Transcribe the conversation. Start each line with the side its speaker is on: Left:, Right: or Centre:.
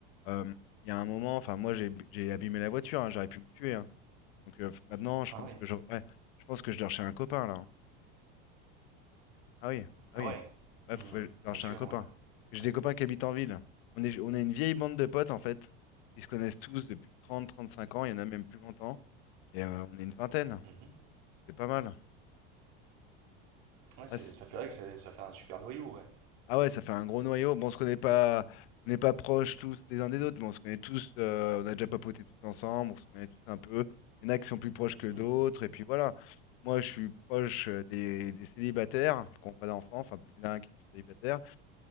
Left: Euh, Il y a un moment, enfin, moi, j'ai bu- j'ai abîmé la voiture, hein, j'aurais pu me tuer. hein. Donc euh, maintenant, je
Right: Ah
Left: pense
Right: ouais,
Left: que je... ouais, je pense que je dors chez un copain, là. hein. Ah oui, ah
Right: ah
Left: oui.
Right: ouais.
Left: Bref,
Right: Mhm.
Left: faut- genre
Right: Bien
Left: chez
Right: sûr,
Left: un copain.
Right: ouais.
Left: J'ai des
Right: Ouais,
Left: copains qui habitent en ville. On est, on est une vieille bande de potes, en fait, qui se connaissent tous depuis trente, trente-cinq ans. Il y en a même plus longtemps. Et euh, on est une vingtaine.
Right: Mhm.
Left: C'est pas mal.
Right: Ouais, c'est,
Left: Ouais, c'est-
Right: ça fait vrai que c'est- ça fait un super noyau, ouais.
Left: ah ouais, ça fait un gros noyau. Bon, on se connaît pas, on n'est pas proches tous les uns des autres, mais on se connaît tous. euh, on a déjà papoté tous ensemble. On se connaît tous un peu. Il y en a qui sont plus proches que d'autres.
Right: Mhm.
Left: Et puis voilà. Moi, je suis proche euh, des, des célibataires qui n'ont pas d'enfants. Enfin, il y en a un qui est plus célibataire.